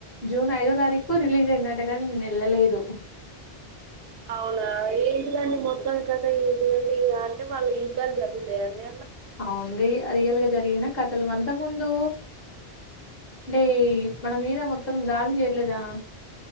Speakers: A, on the left; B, on the right.
A: జూన్ ఐదో తారీఖు రిలీజ్ అయిందట కానీ నేను వెళ్ళలేదు <inaudible>
B: అవునా ఏంటిదండి మొత్తం కథ ఏంటిదండి ఇగ అంటే వాళ్ళు యుద్ధాలు జరుగుతాయా అండి
A: అవ్వండి రియల్ గా జరిగిన కథలు అంత ముందు అంటే మన మీద మొత్తం దాడులు చేయలేదా